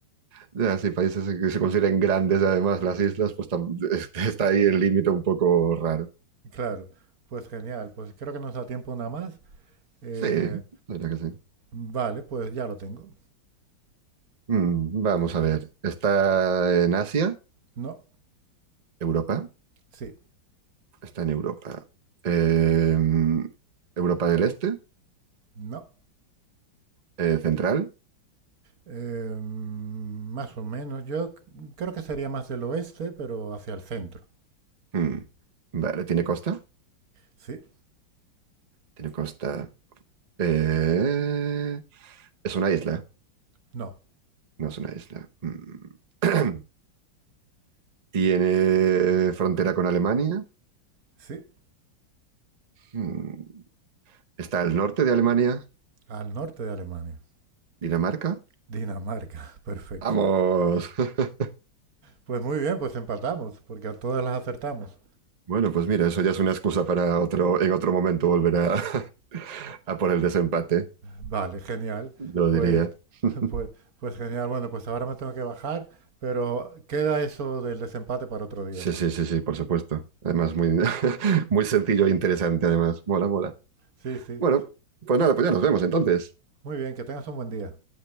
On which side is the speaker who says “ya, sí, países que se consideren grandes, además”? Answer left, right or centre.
Right